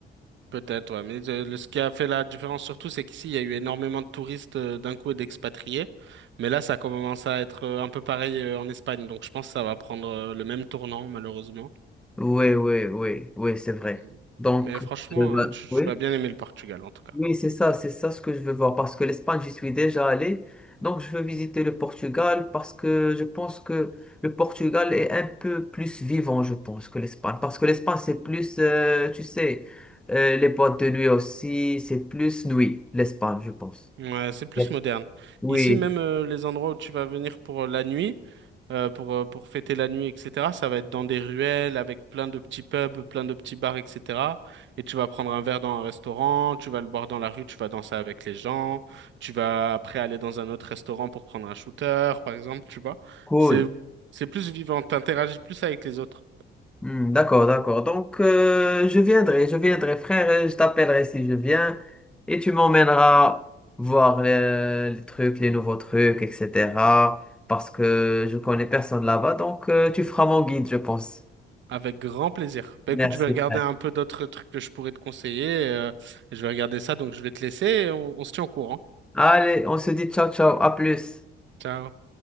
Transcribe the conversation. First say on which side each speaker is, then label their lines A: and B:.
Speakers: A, on the right; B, in the centre.
A: Peut-être, ouais. Mais euh, le- ce qui a fait la différence surtout, c'est qu'ici, il y a eu énormément de touristes euh, d'un coup et d'expatriés. Mais là, ça commence à être euh, un peu pareil euh, en Espagne. Donc, je pense que ça va prendre euh, le même tournant, malheureusement.
B: Oui, oui, oui, oui, c'est vrai.
A: Mm.
B: Donc,
A: Mais franchement,
B: euh, bah,
A: euh, tu, tu
B: oui.
A: vas bien aimer le Portugal en tout cas.
B: Oui, c'est ça, c'est ça ce que je veux voir parce que l'Espagne, j'y suis déjà allé. Donc, je veux visiter le Portugal parce que je pense que le Portugal est un peu plus vivant, je pense, que l'Espagne. Parce que l'Espagne, c'est plus, euh, tu sais, euh, les boîtes de nuit aussi, c'est plus nuit, l'Espagne, je pense.
A: Ouais, c'est plus
B: Yep.
A: moderne.
B: Oui,
A: Ici, même euh, les endroits où tu vas venir pour euh, la nuit, euh, pour, euh, pour fêter la nuit, etc., ça va être dans des ruelles avec plein de petits pubs, plein de petits bars, etc. Et tu vas prendre un verre dans un restaurant, tu vas le boire dans la rue, tu vas danser avec les gens, tu vas après aller dans un autre restaurant pour prendre un shooter, par exemple, tu vois.
B: cool.
A: C'est, c'est plus vivant, t'interagis plus avec les autres.
B: Hmm, D'accord, d'accord. Donc, euh, je viendrai, je viendrai, frère, et je t'appellerai si je viens et tu m'emmèneras voir les, les trucs, les nouveaux trucs, etc. Parce que je connais personne là-bas, donc euh, tu feras mon guide, je pense.
A: Avec grand plaisir. Bah
B: Merci,
A: écoute, je vais regarder
B: frère.
A: un peu d'autres trucs que je pourrais te conseiller. euh, et je vais regarder ça, donc je vais te laisser et on, on se tient au courant.
B: Allez, on se dit ciao, ciao, à plus.
A: Ciao.